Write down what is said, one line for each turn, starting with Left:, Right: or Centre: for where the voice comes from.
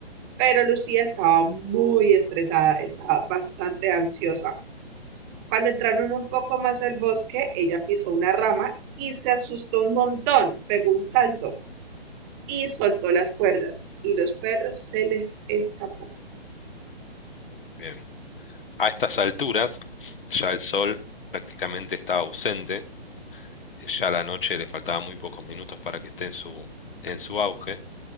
Right: pero Lucía estaba muy estresada, estaba bastante ansiosa. Cuando entraron un poco más al bosque, ella pisó una rama y se asustó un montón, pegó un salto y soltó las cuerdas y los perros se les escapó.
Left: Em, a estas alturas, ya el sol prácticamente está ausente Ya a la noche le faltaban muy pocos minutos para que esté en su, en su auge,